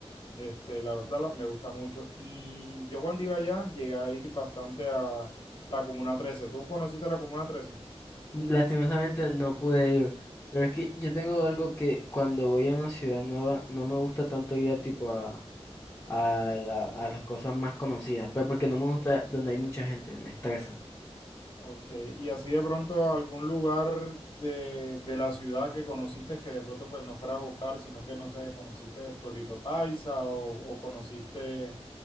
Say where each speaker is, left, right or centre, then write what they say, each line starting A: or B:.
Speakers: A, on the left; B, on the left.
A: este, la verdad la- me gusta mucho. Y yo cuando iba allá llegué a ir bastante a la Comuna trece ¿Tú conociste la Comuna trece
B: Lastimosamente no pude ir. Pero es que yo tengo algo que cuando voy a una ciudad nueva no me gusta tanto ir a tipo a, la- a las cosas más conocidas, pero porque no me gusta donde hay mucha gente, me estresa.
A: Ok, y así de pronto algún lugar de, de la ciudad que conociste que de pronto pues no fuera Gocar, sino que no sé, conociste Pueblito Paisa o, o conociste